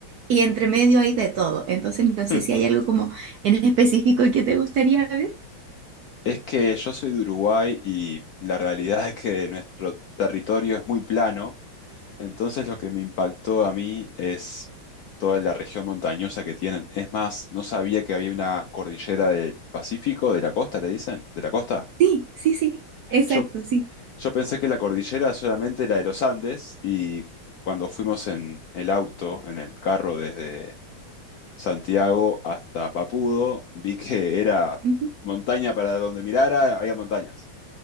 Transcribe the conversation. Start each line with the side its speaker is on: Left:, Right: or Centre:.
Right: y entre medio hay de todo. Entonces, no sé
Left: Hmm.
Right: si hay algo como en específico que te gustaría ver.
Left: Es que yo soy de Uruguay y la realidad <laughs> es que nuestro territorio es muy plano. Entonces lo que me impactó a mí es toda la región montañosa que tienen. Es más, no sabía que había una cordillera del Pacífico, de la costa, le dicen, de la costa.
Right: Sí, sí, sí, exacto,
Left: Yo,
Right: sí.
Left: yo pensé que la cordillera solamente la de los Andes y cuando fuimos en el auto, en el carro desde Santiago hasta Papudo, vi que era
Right: Ujú.
Left: montaña para donde mirara, había montañas.